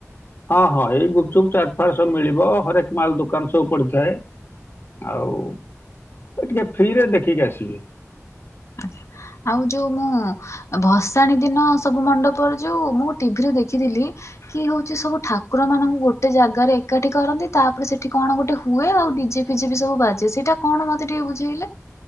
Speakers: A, on the left (about 45°); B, on the left (about 65°).
A: ହଁ ହଁ ଏଇ ଗୁପଚୁପ୍ ଚାଟଫାଟ ସବୁ ମିଳିବ ହରେକ ମାଲ୍ ଦୋକାନ ସବୁ ପଡ଼ିଥାଏ ଆଉ ଟିକେ ଫ୍ରିରେ ଦେଖିକି ଆସିବେ।
B: ଆା ଆଉ ଯୋଉ ମୁଁ ଭସାଣିୀ ଦିନ ସବୁ ମଣ୍ଡପରେ ଯୋଉ ମୁଁ ଟିଭିରେ ଦେଖିଥିଲି କି ହଉଛି ସବୁ ଠାକୁର ମାନଙ୍କୁ ଗୋଟେ ଜାଗାରେ ଏକାଠି କରନ୍ତି ତାପରେ ସେଠି କଣ ଗୋଟେ ହୁଏ ଆଉ ଡିଜେ ଫିଜେ ବି ସବୁ ବାଜେ ସେଇଟା କଣ ମତେ ଟିକେ ବୁଝେଇଲେ।